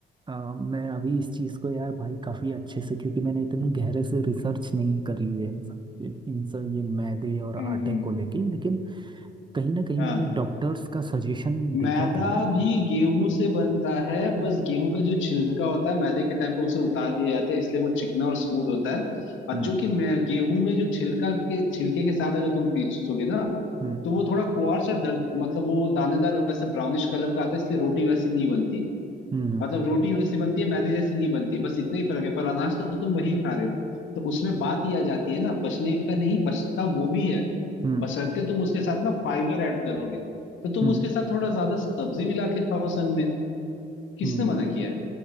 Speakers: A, on the right (about 25°); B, on the left (about 75°).
A: आ, मैं अभी इस चीज़ को यार भाई काफ़ी अच्छे से क्योंकि मैंने इतनी गहरे से रिसर्च नहीं करी हुई है इन सब इन सब ये मैदे और आटे
B: हम्म हम्म।
A: को लेके लेकिन कहीं ना कहीं
B: हाँ
A: मैंने डॉक्टर्स का सजेशन देखा
B: मैदा
A: था ना
B: भी गेहूं से बनता है बस गेहूं का जो छिलका होता है मैदे के टाइम पे उसे उतार दिया जाता है इसलिए वो चिकना और स्मूथ होता है और
A: हम्म
B: जो कि मैं गेहूं में जो छिलका के छिलके के साथ अगर तुम पीसोगे ना
A: हम्म
B: तो वो थोड़ा कुआर्स और दर्द मतलब वो दानेदार वैसा ब्राउनिश कलर का आता है इसलिए रोटी वैसी नहीं बनती है
A: हम्म
B: मतलब रोटी वैसी बनती है मैदे जैसी नहीं बनती है बस इतना ही फर्क है पर अनाज तो तुम वही खा रहे हो तो उसमें बात यह आ जाती है ना पचने का नहीं पचता वो भी है
A: हम्म
B: बशर्ते तुम उसके साथ ना फाइबर ऐड करोगे तो तुम
A: हम्म
B: उसके साथ थोड़ा ज्यादा सब्जी मिला के खाओ संग में किसने
A: हम्म
B: मना किया है?